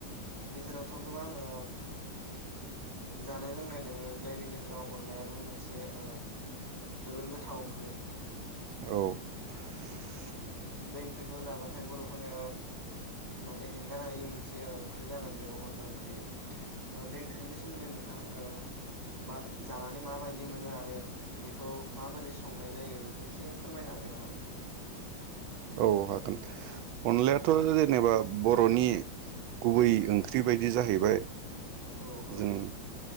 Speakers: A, on the right (about 20°); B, on the right (about 85°).
A: गेजेरावथ' गोबां ओ जानाय लोंनाय दोङो जायनि गेजेराव अनलायाबो मोनसे ओ जोबोर गोथाव ओंख्रै।
B: औ। <inaudible>
A: बे ओंख्रिखौ जाबाथाय बर'फोरनो माने एंगारायै मोनसे ओंख्रि जानानै दोङो अनला ओंख्रिया बे ओंख्रिनि सोमोन्दै नोंथाङा ओ मा जानानै माबायदि मोनो आरो बेखौ माबोरै संनाय जायो बेखौ एसे फोरमायनो हागोन नामा नोंथां?
B: औ हागोन अनलायाथ' जेनेबा बर'नि गुबै ओंख्रि बायदि जाहैबाय।
A: औ औ
B: जों